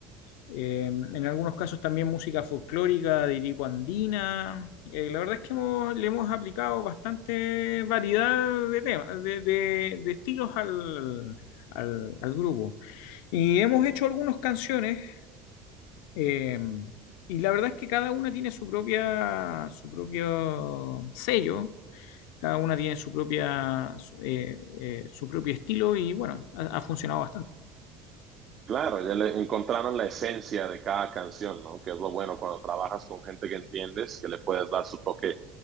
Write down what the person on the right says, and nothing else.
Claro, ya le encontraron la esencia de cada canción, ¿no? Que es lo bueno cuando trabajas con gente que entiendes, que le puedes dar su toque